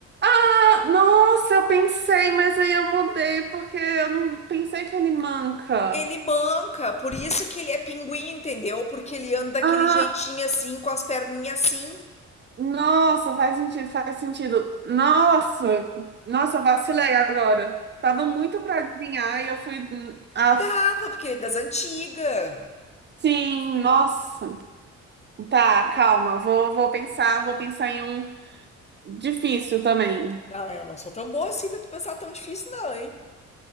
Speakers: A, on the right (about 35°); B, on the left (about 20°).
A: Ah, nossa, eu pensei, mas aí eu mudei porque eu não pensei que ele manca.
B: Ele manca, por isso que ele é pinguim, entendeu? Porque ele anda daquele
A: Ah,
B: jeitinho assim, com as perninhas assim.
A: nossa, faz sentido, faz sentido. Nossa, nossa, eu vacilei agora. Tava muito pra adivinhar e eu fui. Ah,
B: Dava, porque ele é das antigas.
A: sim, nossa. Tá, calma, vou, vou pensar, vou pensar em um difícil também.
B: Não, eu não sou tão boa assim pra tu pensar tão difícil, não, hein?